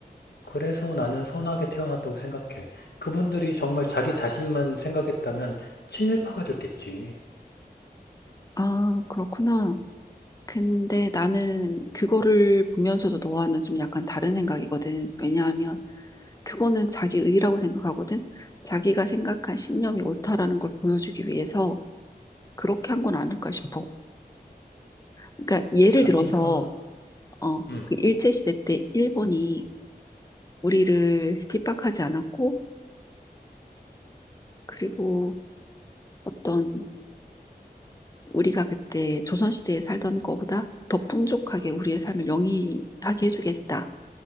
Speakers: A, on the left; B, on the left.
A: 그래서 나는 선하게 태어났다고 생각해. 그분들이 정말 자기 자신만 생각했다면 친일파가 됐겠지.
B: 아, 그렇구나. 근데 나는 그거를 보면서도 너와는 좀 약간 다른 생각이거든. 왜냐하면 그거는 자기 의라고 생각하거든. 자기가 생각한 신념이 옳다라는 걸 보여주기 위해서 그렇게 한 건 아닐까 싶어. 그러니까 예를
A: 자기가,
B: 들어서, 어,
A: 음.
B: 그 일제시대 때 일본이 우리를 핍박하지 않았고, 그리고 어떤 우리가 그때 조선시대에 살던 거보다 더 풍족하게 우리의 삶을 영위하게 해주겠다